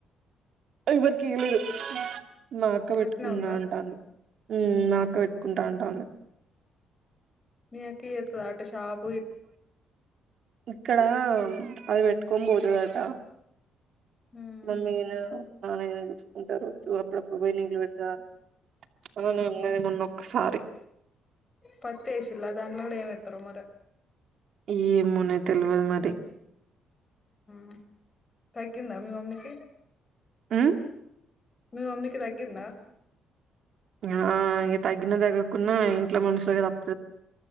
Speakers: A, on the right; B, on the left.
A: ఇవరికి ఇయ్యలేదు. మాఅక్క పెట్టుకుంటా
B: అట్నే ఉందా
A: ఉంటానది, మాఅక్క
B: ఉహు
A: మ్ పెట్టుకుంటా అంటానది.
B: మీ అక్కయా, ఎటు కోదా ఆటోషాప్
A: ఇక్కడ అది పెట్టుకోని, పోతదట.
B: ఉమ్
A: మమ్మీ ను నాన్న ను చూసుకుంటారు. చ్చి అప్పుడప్పుడు ఉబయ నిలు పెడతార్, అన్నది
B: ఉహు
A: మొన్నొక్కసారి
B: పత్తి ఎసిల్లా, దాంట్లో గూడా ఏ ఎస్తారో మరి.
A: ఎమోనే తెలువదు. మరి
B: మ్ తగ్గిందా. మీ మమ్మీకి
A: ఉ
B: మీ మమ్మీకి తగ్గిందా?
A: ఆ ఇంగా తగ్గిన తగ్గకున్నా, ఇంట్లో మనుషులుగా తప్ప